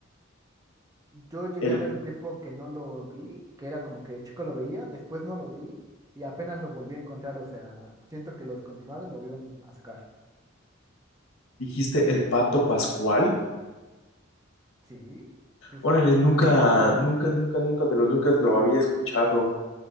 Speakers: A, on the right; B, on the left.
A: Yo llegué
B: El,
A: a ver un tiempo que no lo vi, que era como que chico lo veía, después no lo vi y apenas lo volví a encontrar, o sea, siento que los continuaron y lo volvieron a sacar.
B: Dijiste el pato Pascual.
A: Sí, justamente.
B: Órale, nunca, nunca, nunca, nunca de los nunca lo había escuchado.